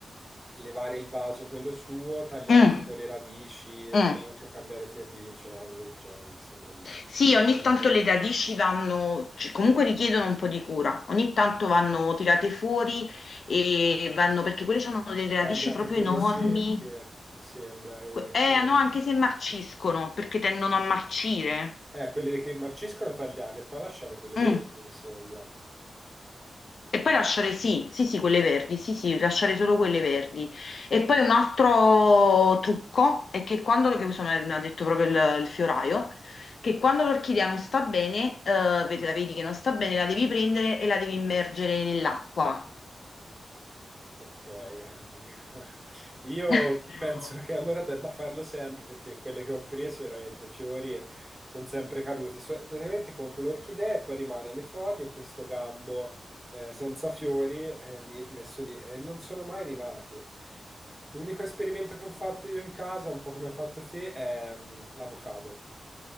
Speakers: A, in the centre; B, on the left.
A: levare il vaso, quello suo, tagliare
B: Mm,
A: tipo le radici o
B: mm.
A: comunque cambiare terriccio, una cosa del genere, mi sembra di,
B: Sì, ogni
A: di ricordare.
B: tanto le radici vanno, c- comunque richiedono un po' di cura, ogni tanto vanno tirate fuori e vanno, perché quelle hanno delle radici
A: Tagliate
B: proprio
A: quelle
B: enormi
A: secche, mi sembra, e
B: Que- Eh,
A: tenere...
B: no, anche se marciscono, perché tendono a marcire.
A: Eh, quelle che marciscono tagliarle, poi lasciare quelle
B: Mm.
A: verdi, mi sembra.
B: E poi lasciare, sì, sì, sì, quelle verdi, sì, sì, lasciare solo quelle verdi. E poi un altro trucco è che quando, che questo me l'ha detto proprio il, il fioraio, che quando l'orchidea non sta bene, eh, vedi, la vedi che non sta bene, la devi prendere e la devi immergere nell'acqua.
A: Ok, <laughs> io
B: <laughs>
A: penso che allora debba farlo sempre perché quelle che ho preso veramente fiori sono sempre caduti. So- praticamente compro l'orchidea e poi rimane le foglie e questo gambo eh, senza fiori eh, lì- messo lì e non sono mai rinati. L'unico esperimento che ho fatto io in casa, un po' come hai fatto te, è mm, l'avocado.